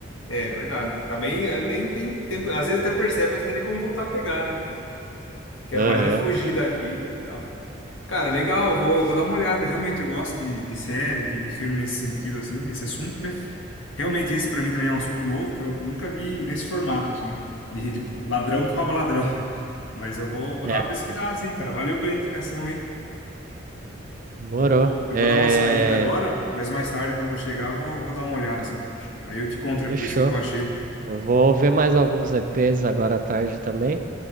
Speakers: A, on the left; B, on the right.
A: é verdade. Também eh, nem tem tempo, às vezes até percebe, mas não tem nem como voltar a pegar, né? Tipo, quero
B: Aham.
A: mais é fugir daqui e tal. Cara, legal, eu vou, eu vou dar uma olhada. Realmente, eu gosto de, de série, de, de filme nesse sentido, assim, nesse assunto, né? Realmente, esse pra mim também é um assunto novo que eu nunca vi nesse formato, assim, né? De tipo, ladrão que rouba ladrão. <laughs> Mas eu vou, vou
B: É,
A: dar uma pesquisada, sim, cara. Valeu pela indicação aí.
B: demorou.
A: Eu vou, eu
B: É.
A: vou dar uma saída agora, mas mais tarde, quando eu chegar, eu vou, vou dar uma olhada, assim. Aí eu te conto depois
B: Fechou.
A: o que que eu achei.
B: Eu vou ver mais alguns EPs agora à tarde também.